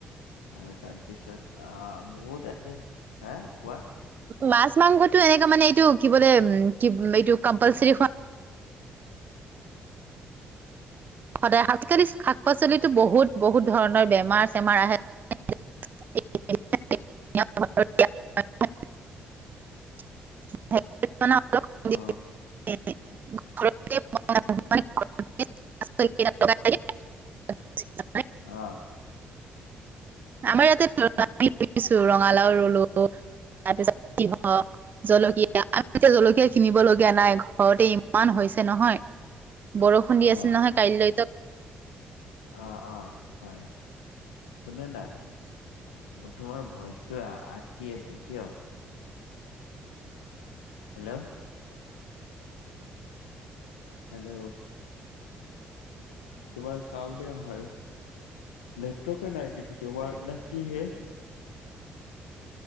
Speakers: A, on the left (about 85°); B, on the right (about 45°).
A: আৰু তাৰপিছত আহ বহুত আছে, হা কোৱা?
B: মাছ মাংসটো এনেকাে মানে, এইটো কি বোলে কি এইটো কম্পালচৰি খো সদায় আজিকালি শাক পাচলিতো বহুত বহুত ধৰণৰ বেমাৰ চেমাৰ আহে। <unintelligible> <unintelligible>
A: অ
B: <unintelligible>
A: অঁ।
B: আমাৰ ইয়াতে, ৰঙালাও ৰুলো, তাৰপিছত জলকী এতিয়া জলকীয়া কিনিব লগীয়া নাই, ঘৰতে ইমান হৈছে নহয়। বৰষুণ দি
A: অ
B: আছিল নহয় কাইলৈতো।
A: অ', অ', হয় শুনে না, তোমাৰ ভইচটো আটকি আছে, কিয়? হেল্ল' হেল্ল' তোমাৰ চাউন্দে অহা নাই, নেটৱৰ্কে নাই নেকি তোমাৰ, নে কিহে?